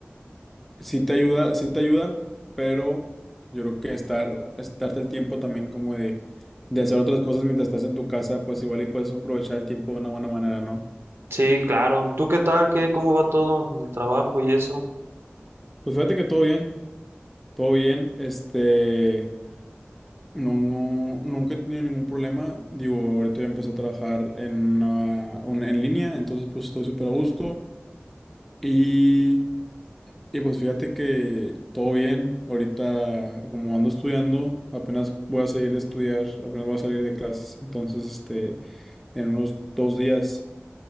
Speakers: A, in the centre; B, on the right (about 75°).
A: Sí te ayuda, sí te ayuda, pero yo creo que estar, estarte el tiempo también como de, de hacer otras cosas mientras estás en tu casa, pues igual y puedes aprovechar el tiempo de una buena manera, ¿no?
B: Sí, claro. ¿Tú qué tal? ¿Qué, cómo va todo en el trabajo y eso?
A: Pues fíjate que todo bien, todo bien, este, no, no- nunca he tenido ningún problema, digo, ahorita ya empecé a trabajar en, una- un- en línea, entonces pues estoy súper a gusto y... Y pues fíjate que todo bien. Ahorita, como ando estudiando, apenas voy a salir de estudiar, apenas voy a salir de clases. Entonces, este, en unos dos días.